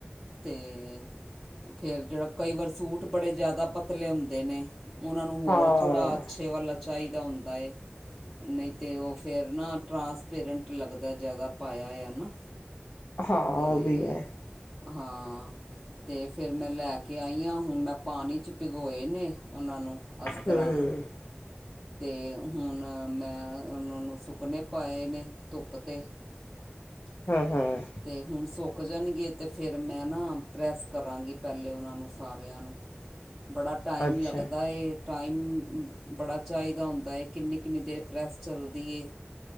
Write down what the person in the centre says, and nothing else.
ਤੇ ਫੇਰ ਜਿਹੜਾ ਕਈ ਵਾਰ ਸੂਟ ਬੜੇ ਜ਼ਿਆਦਾ ਪਤਲੇ ਹੁੰਦੇ ਨੇ, ਉਹਨਾਂ ਨੂੰ ਹੋਰ
ਥੋੜਾ ਅੱਛੇ ਵਲਾ ਚਾਹੀਦਾ ਹੁੰਦਾ ਏ ਨਹੀਂ ਤਾਂ ਉਹ ਫਿਰ ਨਾ ਟਰਾਂਸਪੇਰੈਂਟ ਲੱਗਦਾ ਜ਼ਿਆਦਾ। ਪਾਇਆ ਹੋਯਾ ਨਾ
ਤੇ
ਹਾਂ, ਤੇ ਫਿਰ ਮੈਂ ਲੈ ਕੇ ਆਈ ਹਾਂ, ਹੁਣ ਮੈਂ ਪਾਣੀ ਚ ਪਿਗੋਏ ਨੇ। ਉਹਨਾਂ ਨੂੰ ਅਸਤਰਾਂ
ਨੂੰ ਤੇ ਹੁਣ ਮੈਂ ਉਹਨਾਂ ਨੂੰ ਸੁੱਕਨੇ ਪਾਏ ਨੇ ਧੁੱਪ ਤੇ <unintelligible> <inaudible>
ਤੇ ਹੁਣ ਸੁੱਕ ਜਾਣਗੇ ਤੇ ਫਿਰ ਮੈਂ ਨਾ ਪ੍ਰੈੱਸ ਕਰਾਂਗੀ, ਪਹਿਲੇ ਉਹਨਾਂ ਨੂੰ ਸਾਰਿਆਂ ਨੂੰ। ਬੜਾ ਟਾਈਮ
ਲੱਗਦਾ,। ਟਾਈਮ ਬੜਾ ਚਾਹੀਦਾ ਹੁੰਦਾ ਹੈ, ਕਿੰਨੀ-ਕਿੰਨੀ ਦੇਰ ਪ੍ਰੈੱਸ ਚੱਲਦੀ ਏ।